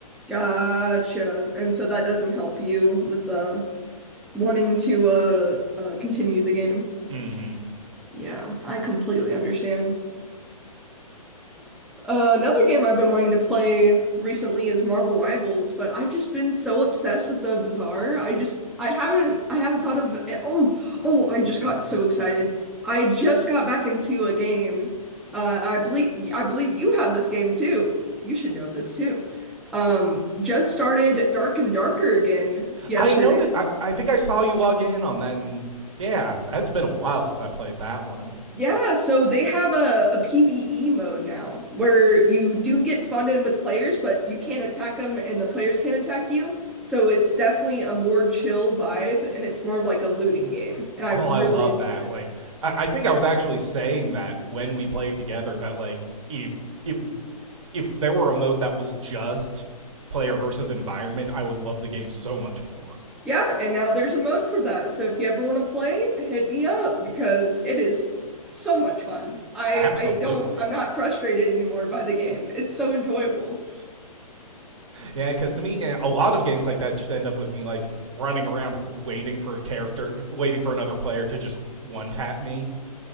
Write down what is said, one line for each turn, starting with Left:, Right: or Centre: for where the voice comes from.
Centre: Gotcha. And so that doesn't help you with uh wanting to uh, uh continue the game.
Right: hmm.
Centre: Yeah, I completely understand. Uh, another game I've been wanting to play recently is Marvel Rivals, but I've just been so obsessed with the Bazaar. I just I haven't I haven't thought of oh oh I just got so excited. I just got back into a game. Uh, I believe I believe you have this game too. You should know this too. Um, just started Dark and Darker again yesterday.
Right: I noticed, I, I think I saw you log in on that, and yeah, that's been a while since I played that one.
Centre: Yeah, so they have a, a PvE mode now where you do get spawned in with players, but you can't attack them and the players can't attack you. So it's definitely a more chill vibe and it's more of like a looting game. And I
Right: Oh,
Centre: really
Right: I love
Centre: enjoyed
Right: that.
Centre: it.
Right: Like, I, I think I was actually saying that when we played together. That like, if it if there were a mode that was just player versus environment, I would love the game so much more.
Centre: Yeah, and now there's a mode for that. So if you ever want to play, hit me up because it is so much fun. I
Right: Absolutely.
Centre: I don't I'm not frustrated anymore by the game. It's so enjoyable.
Right: Yeah, because to me, eh, a lot of games like that just end up with me like running around waiting for a character, waiting for another player to just one tap me.